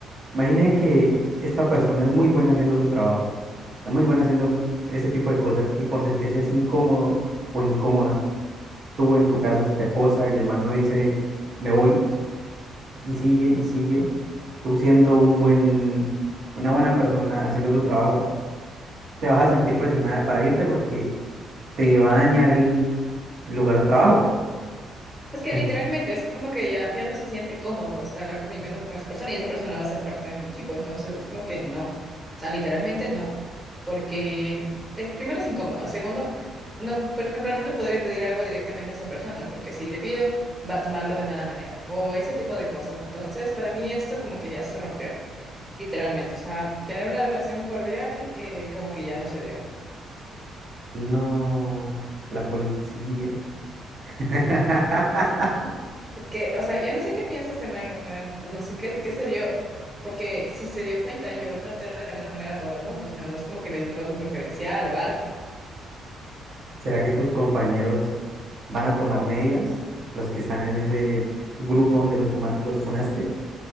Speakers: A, on the right (about 50°); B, on the right (about 20°).
A: Imagine que esta persona es muy buena haciendo su trabajo, es muy buena haciendo ese tipo de cosas y por sentirse así incómodo o incómoda, tú en tu caso si te acosa y el man no dice me voy y sigue y sigue, tú siendo un buen, una buena persona haciendo tu trabajo, te vas a sentir presionada para irte porque te va a dañar el, el lugar de trabajo.
B: Es que
A: En-
B: literalmente es como que ya, ya no se siente cómodo estar conviviendo con esa persona y esa persona va a ser parte de mi equipo. Entonces es como que no. O sea, literalmente no. Porque es, primero es incómodo. Segundo, no, por ejemplo, no le podría pedir algo directamente a esa persona porque si le pido va a tomarlo de mala manera o ese tipo de cosas. Entonces, para mí esto como que ya se rompió, literalmente. O sea, tener una relación cordial eh, como que ya no se dio.
A: no, la policía. <laughs>
B: Es que, o sea, yo no sé qué piensa este man, o sea, no no sé qué, qué se dio, porque si se dio cuenta, yo traté de la misma manera a todo el mundo, o sea, no es como que le dio un trato preferencial o algo.
A: ¿Será que tus compañeros van a tomar medidas? Los que están en ese grupo donde los, fuma- los funaste,